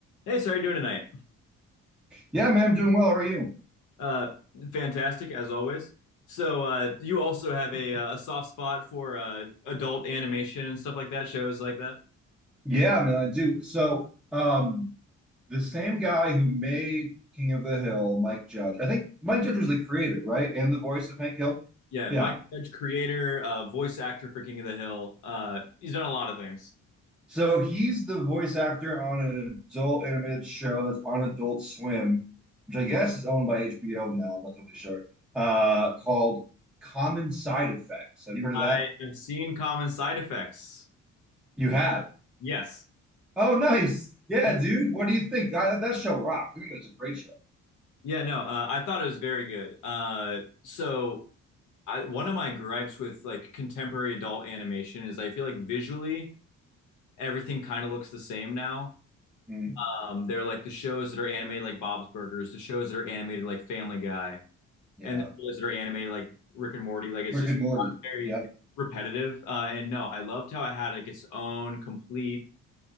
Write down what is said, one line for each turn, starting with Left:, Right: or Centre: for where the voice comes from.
Left: Hey, so how are you doing tonight?
Centre: Yeah, man, I'm doing well. How are you?
Left: Uh, fantastic as always. So uh, you also have a uh, a soft spot for uh, adult animation and stuff like that, shows like that.
Centre: Yeah, man, I do. So, um, the same guy who made King of the Hill, Mike Judge. I think Mike Judge was the creator, right? And the voice of Hank Hill.
Left: Yeah, yeah.
Centre: Yeah.
Left: Mike Judge, creator, uh, voice actor for King of the Hill. Uh, he's done a lot of things.
Centre: So he's the voice actor on an adult animated show that's on Adult Swim, which I guess is owned by HBO now. I'm not totally sure. Uh, called Common Side Effects. Have you heard of
Left: I
Centre: that?
Left: have seen common side effects.
Centre: You have.
Left: Yes.
Centre: Oh, nice. Yeah,
Left: Y-
Centre: dude. What do you think? I, that show rocks. I think that's a great show.
Left: Yeah, no, uh, I thought it was very good. Uh, so I, one of my gripes with like contemporary adult animation is I feel like visually everything kind of looks the same now.
Centre: Mm,
Left: Um, they're like the shows that are animated like Bob's Burgers, the shows that are animated like Family Guy,
Centre: yeah.
Left: and the shows that are animated like Rick and Morty. Like it's
Centre: Rick
Left: just
Centre: and Morty.
Left: very
Centre: Yep.
Left: repetitive. Uh, and no, I loved how it had like its own complete